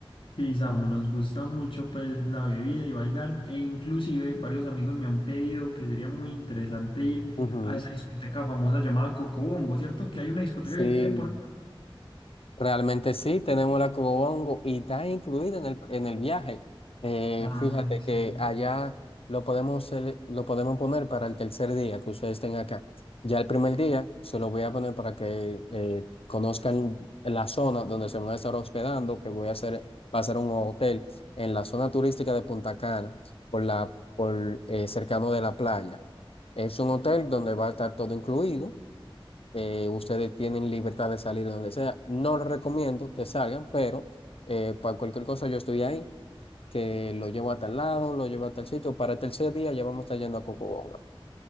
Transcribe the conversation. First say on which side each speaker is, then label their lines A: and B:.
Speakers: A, on the left (about 65°); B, on the left (about 80°).
A: Sí, Samu, nos gusta mucho pues la bebida y bailar, e inclusive varios amigos me han pedido que sería muy interesante ir
B: Ujú.
A: a esa discoteca famosa llamada Cocobongo, ¿cierto? Que hay una discoteca
B: Sí.
A: que quede por...
B: Realmente sí, tenemos la Cobongo y está incluida en el, en el viaje. Eh,
A: Ah,
B: fíjate
A: excelente.
B: que allá lo podemos, hacer lo podemos poner para el tercer día que ustedes estén acá. Ya el primer día se lo voy a poner para que eh, conozcan la zona donde se van a estar hospedando, que voy a hacer, va a ser un hotel en la zona turística de Punta Cana, por la, por, eh, cercano de la playa. Es un hotel donde va a estar todo incluido eh, ustedes tienen libertad de salir donde sea. No les recomiendo que salgan, pero eh, para cualquier cosa yo estoy ahí, que lo llevo a tal lado, lo llevo a tal sitio. Para el tercer día ya vamos a estar yendo a Cocobonga.